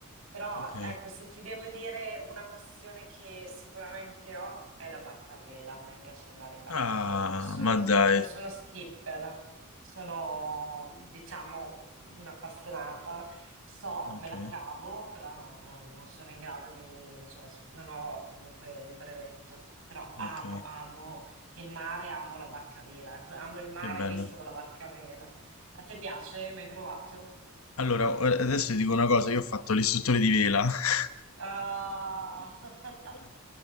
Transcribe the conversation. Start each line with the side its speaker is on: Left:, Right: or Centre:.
Right: Però
Left: ok.
Right: ecco, se ti devo dire una passione che sicuramente ho è la barca a vela. A me piace andare in barca
Left: Ah,
Right: a vela, non sono,
Left: ma dai.
Right: non sono skipper, sono, diciamo, un'appassionata, so,
Left: Ok,
Right: me la cavo, però no- no- non sono in grado di, insomma, s- non ho comunque il brevetto, però amo,
Left: ok,
Right: amo il mare, amo la barca a vela, ecco, amo il mare
Left: che bello.
Right: visto dalla barca a vela. A te piace? Mi hai provato?
Left: Allora, ora- adesso ti dico una cosa, io ho fatto l'istruttore di vela <laughs>
Right: Ah, <laughs>